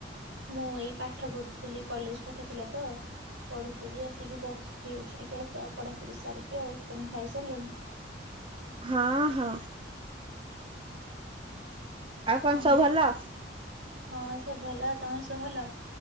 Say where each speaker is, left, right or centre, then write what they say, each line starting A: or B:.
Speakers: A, on the right; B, on the right.
A: ମୁଁ ଏଇ ପାଠ ପଢୁଥିଲି କଲେଜ ପାଠ ଥିଲା ତ ପଢୁଥିଲି ଆସିକି ବସିଛି। ଟିକେ ସ ପଢାପଢି ସାରିକି ଆଉ ତମେ ଖାଇସାରିଲଣି?
B: ହଁ ହଁ ଆଉ କଣ
A: ହଁ।
B: ସବୁ ଭଲ?
A: ହଁ ସବୁ ଭଲ, ତମର ସବୁ ଭଲ।